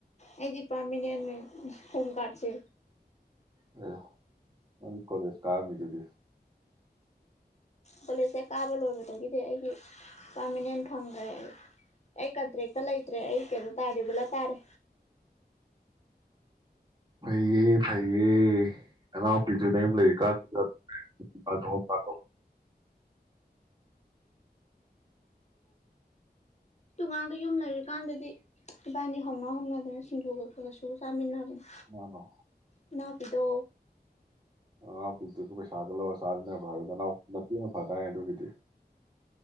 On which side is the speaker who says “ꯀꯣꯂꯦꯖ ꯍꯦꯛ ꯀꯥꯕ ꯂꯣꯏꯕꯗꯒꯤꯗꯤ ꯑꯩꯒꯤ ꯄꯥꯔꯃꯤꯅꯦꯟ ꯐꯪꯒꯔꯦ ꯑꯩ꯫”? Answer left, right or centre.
Left